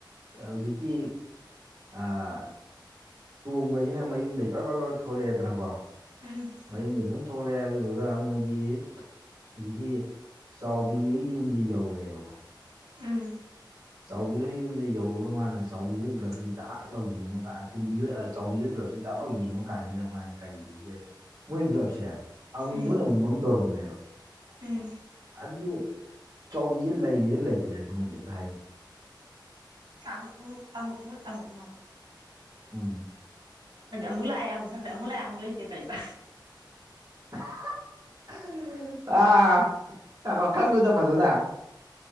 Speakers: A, on the right (about 45°); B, on the right (about 60°).
A: ꯍꯧꯖꯤꯛꯀꯤ ꯑꯥ ꯇꯣꯡꯕꯁꯤꯅ ꯃꯌꯨꯝꯗꯩ <unintelligible> ꯊꯣꯛꯂꯛꯑꯦꯗꯅꯀꯣ
B: ꯎꯝ
A: ꯃꯌꯨꯝꯗꯩ ꯁꯨꯝ ꯊꯣꯛꯂꯛꯑꯦ ꯑꯗꯨꯗꯨꯒ ꯃꯣꯏꯒꯤ ꯍꯧꯖꯤꯛꯀꯤ ꯆꯥꯎꯕꯤ ꯍꯣꯏ ꯌꯨꯝꯁꯦ ꯌꯧꯔꯦꯕꯀꯣ
B: ꯎꯝ
A: ꯆꯥꯎꯕꯤ ꯍꯣꯏ ꯌꯨꯝꯁꯦ ꯌꯧꯔꯒ ꯃꯥꯅ ꯆꯥꯎꯕꯤ ꯍꯣꯏ ꯕ꯭ꯔꯛꯇꯨ ꯗꯥꯛ ꯂꯧ ꯌꯦꯡꯕꯒ ꯇꯨꯝꯕꯤ ꯍꯣꯏ ꯆꯥꯎꯕꯤ ꯕ꯭ꯂꯞꯁꯦ ꯇꯥꯛꯂꯥꯎ ꯌꯦꯡꯕ ꯀꯥꯟꯁꯤꯗ ꯃꯥꯣꯏꯅ ꯀꯔꯤ ꯎꯒꯦ ꯃꯣꯏ ꯕ꯭ꯂꯞꯁꯦ ꯑꯃꯨ
B: ꯎꯝ
A: ꯃꯨꯠ ꯑꯃꯨ ꯃꯥꯝ ꯇꯧꯔꯝꯕꯅꯦꯕ
B: ꯎꯝ
A: ꯑꯗꯨꯗꯤ ꯆꯥꯎꯕꯤꯁꯦ ꯂꯩꯔꯤꯔ ꯂꯩꯇ꯭ꯔꯦ ꯁ ꯃꯣꯏꯁꯦ ꯑꯝꯇ ꯍꯥꯏꯌꯨꯅꯦ
B: <unintelligible> ꯑꯃꯨꯛ ꯃꯨꯠ ꯑꯃꯨꯛ ꯃꯝ
A: ꯎꯝ
B: ꯑꯗꯤ ꯑꯃꯨꯛ ꯂꯥꯛꯑꯦ ꯑꯃꯨꯛ ꯆꯠꯈ꯭ꯔ ꯑꯃꯨꯛ ꯂꯥꯛꯑꯦ ꯑꯃꯛ ꯂꯩꯇꯦ ꯇꯥꯏꯕ
A: <unintelligible> ꯑꯥ ꯋꯥꯈꯜꯂꯨꯗ ꯐꯖꯗ